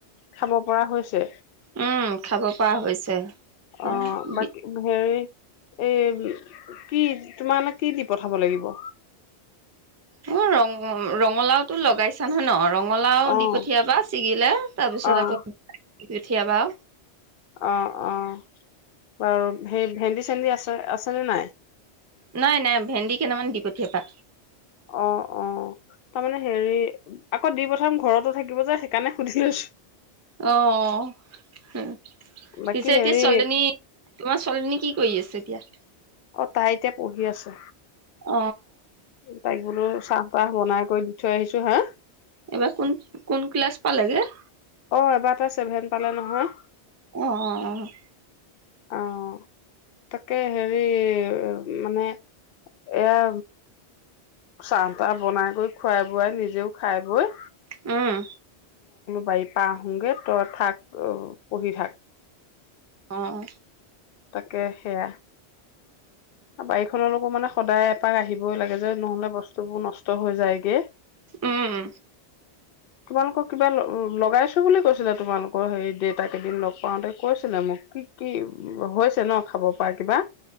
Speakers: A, on the left; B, on the right.
A: খাব পৰা হৈছে।
B: উম, খাব পৰা হৈছে। এ
A: অ',
B: বি
A: বাকী হেৰি এ কি তোমাৰে কি দি পঠাব লাগিব?
B: মই ৰং ৰঙালাওটো লগাইছা নহয় ন' ৰঙ ঙালাও
A: অ'
B: দি পঠিয়াবা ছিগিলে তাৰপিছত
A: অ'
B: আকৌ উঠিয়াবা
A: অ', অ', বাৰু সেই ভেন্দি চেন্দি আছে আছেনে নাই?
B: নাই, নাই ভেন্দি কেইটামান দি পঠিয়াবা।
A: অ', অ', তাৰমানে হেৰি আকৌ দি পঠাম ঘৰতো থাকিব যে সেইকাৰণে সুধিলৈছো।
B: অহ, পিছে
A: বাকী হেৰি
B: এতিয়া ছোৱালনী তোমাৰ ছোৱালজনী কি কৰি আছে এতিয়া?
A: অ', তাই এতিয়া পঢ়ি আছে।
B: অ
A: তাইক বোলো চাহ তাহ বনাই কৰি দি থৈ আহিছো। হা
B: এইবাৰ কোন কোন ক্লাছ পালেগে?
A: অ', এইবাৰ এটা চছেভেন পালে নহয়।
B: অ', অ', অ'।
A: অ'। তাকে হেৰি মানে এয়া চাহ তাহ বনাই কৰি খুৱাই বোৱাই নিজেও খাই বৈ
B: উম।
A: বাৰি পা আহোগে তই থাক পঢ়ি থাক।
B: অ'।
A: তাকে সেয়া বাৰীখনৰকো মানে সদায় এপাক আহিবই লাগে যে নহ'লে বস্তুবোৰ নষ্ট হৈ যায়গে।
B: উম।
A: তোমালোকৰ কিবা লগাইছো বুলি কৈছিলে তোমালোকৰ হে দেতা কেইদিন লগ পাওঁতে কৈছিলে মোক কি কি হৈছে ন'? খাব পাৰ কিবা